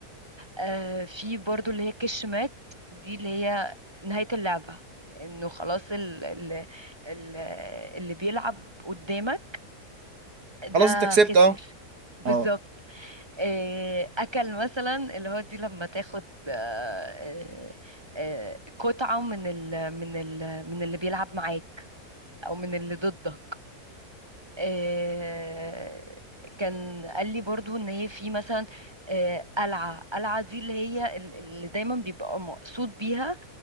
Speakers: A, on the right; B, on the right.
A: آه، في برضو اللي هي كش مات دي اللي هي نهاية اللعبة انه خلاص ال ال ال اللي بيلعب قدامك ده
B: خلاص انت كسبت
A: خسر
B: اه
A: بالظبط
B: اه
A: آه، اكل مثلا اللي هو دي لما تاخد آه، آه، آه، قطعة من ال من ال من اللي بيلعب معاك او من اللي ضدك آه، كان قال لي برضو ان هي في مثلا آه، قلعة قلعة دي اللي هي ال- اللي دايما بيبقى مقصود بيها